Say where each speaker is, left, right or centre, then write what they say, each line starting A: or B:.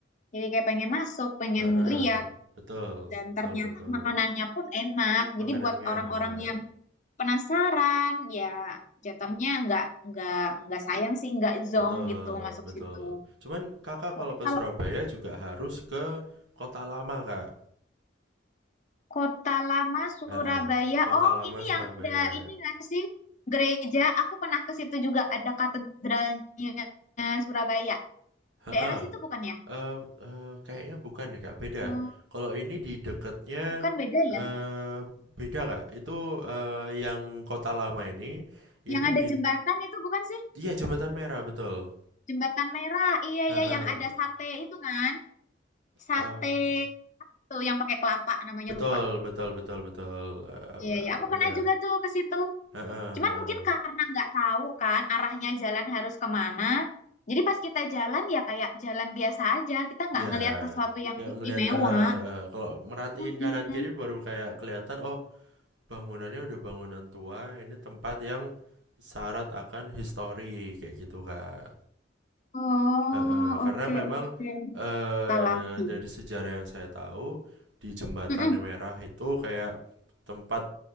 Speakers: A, on the left; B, on the right.
A: Jadi kayak pengen masuk, pengen
B: Heeh.
A: lihat.
B: betul
A: Dan
B: betul
A: ternyata
B: betul
A: makanannya pun enak.
B: makanannya
A: Jadi buat orang-orang
B: enak
A: yang penasaran ya jatuhnya nggak nggak nggak sayang sih nggak zonk
B: betul
A: gitu masuk
B: betul
A: situ
B: cuman kakak kalau
A: oke
B: ke
A: kalau
B: Surabaya juga harus ke kota lama kak
A: kota lama Surabaya
B: Heeh. kota
A: oh
B: lama
A: ini
B: Surabaya
A: yang ada ini nggak sih gereja aku pernah ke situ juga ada katedralnya Surabaya
B: Heeh.
A: daerah situ bukan ya
B: Eee eee, kayaknya bukan deh, Kak, beda.
A: hmm,
B: Kalau ini di deketnya
A: bukan beda
B: eee,
A: ya
B: beda, Kak. Itu, eee, yang Kota Lama ini, ini
A: yang ada
B: di
A: jembatan itu bukan sih
B: iya, Jembatan Merah, betul.
A: jembatan merah iya
B: Heeh.
A: iya yang ada sate itu kan sate
B: Eee,
A: tuh yang pakai kelapa namanya
B: betul
A: lupa
B: betul betul betul, eee, apa
A: iya iya aku pernah
B: ya.
A: juga tuh ke situ
B: Heeh
A: Cuman
B: heeh.
A: mungkin karena nggak tahu kan arahnya jalan harus kemana, jadi pas kita jalan ya kayak jalan biasa aja, kita nggak
B: Iya,
A: ngelihat sesuatu yang
B: ya
A: istimewa.
B: ngelihat heeh heeh, kalau merhatiin
A: Mm-mm.
B: kanan kiri baru kayak kelihatan, oh bangunannya udah bangunan tua ini tempat yang syarat akan histori kayak gitu kak
A: Oh,
B: Eh, eh, karena
A: oke
B: memang
A: oke.
B: eh
A: Kita lagi.
B: dari sejarah yang saya tahu di jembatan
A: Mm-mm.
B: merah itu kayak tempat